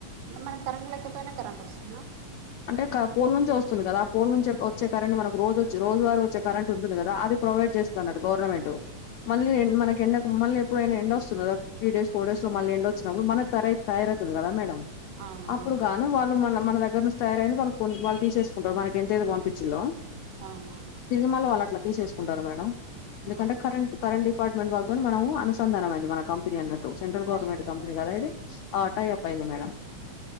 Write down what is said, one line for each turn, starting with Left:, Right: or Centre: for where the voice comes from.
Right: మనకు కరంట్ లెక్కతోనే కరెంట్ వస్తుందా
Left: అంటే క పోల్ నుంచి వస్తుంది కదా ఆ పోల్ నుంచి వచ్చే కరెంట్ మనకు రోజ్ వచ్చి రోజువారి వచ్చే కరెంట్ ఉంటుంది కదా అది ప్రొవైడ్ చేస్తున్నట్టు గవర్నమెంట్ మళ్ళీ మనక్ కెన్ మళ్ళీ ఎప్పుడైనా ఎండొస్తుది కదా త్రీ డేస్ ఫోర్డేస్ లో మళ్ళ ఎండ వచ్చన్నప్పుడు మన త తయారవుతుంది కదా మేడం
Right: అవును
Left: అప్పుడు
Right: అవును
Left: గాను వాళ్ళు మన మన దగ్గర రామ్స్ అయిన వాళ్ళు వాళు తీసేసుకుంటారు మనకి ఎంతైతే పంపించిల్లో
Right: అవును
Left: తిరుమల వాళ్ళు అట్లా తీసేసుకుంటారు మేడం ఎందుకంటే
Right: అవును
Left: కరెంట్ కరెంట్ డిపార్ట్మెంట్ వాళ్ళ కొని మనం అనుసంధానమైంది మన కంపెనీ అన్నట్ సెంట్రల్ గవర్నమెంట్
Right: టై అప్
Left: కంపెనీ
Right: అయి ఉంది
Left: కదా అది
Right: అవును
Left: ఆ టై అప్ అయింది మేడం